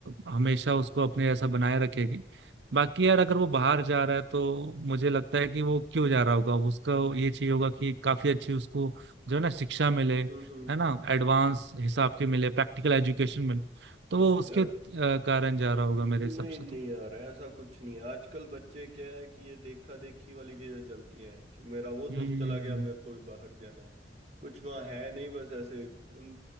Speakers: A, on the right; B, on the right.
A: अ, हमेशा उसको अपने ऐसा बनाए रखेगी बाकी यार अगर वो बाहर जा रहा है तो मुझे लगता है कि वो क्यों जा रहा होगा उसका ये चाहिए होगा कि काफी अच्छी उसको जो है ना शिक्षा मिले है
B: हम्म हम्म
A: ना एडवांस हिसाब की मिले प्रैक्टिकल एजुकेशन मिले तो वो उसके
B: यार
A: अ, कारण जा रहा होगा मेरे
B: नहीं
A: हिसाब से
B: नहीं
A: तो
B: यार ऐसा कुछ नहीं है। आजकल बच्चे क्या है कि ये देखा देखी वाली चीजें चलती हैं कि मेरा वो दोस्त
A: हम्म
B: चला गया मेरे को भी बाहर जाना है कुछ वहाँ है नहीं बस ऐसे उन